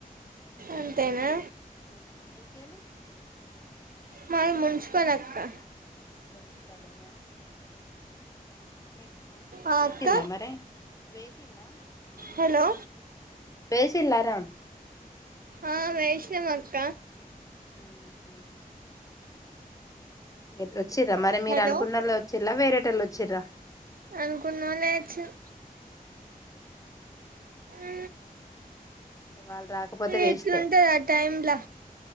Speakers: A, on the right; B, on the left.
A: అంతేనా
B: హ్మ్ మీకేళి
A: మాది మున్సిపల్ అక్కా
B: మున్సిపలేనా <inaudible>
A: ఆ
B: వేసిల్లా
A: అక్క
B: మరి వేసిల్లా
A: హలో
B: వేసిల్లా రా
A: ఆ వేసినం అక్క
B: ఊహూ ఐతే వచ్చిర్రా మరి మీరు
A: హలో
B: అనుకున్నోలే వచ్ జిల్లా వేరేటోళ్ళు వచ్చిర్రా
A: అనుకున్నోళ్ళే అచ్చిర్ ఊ
B: ఇంక వాళ్ళు రాకపోతే వేస్టే
A: ఎట్లుంటది ఆ టైమ్లా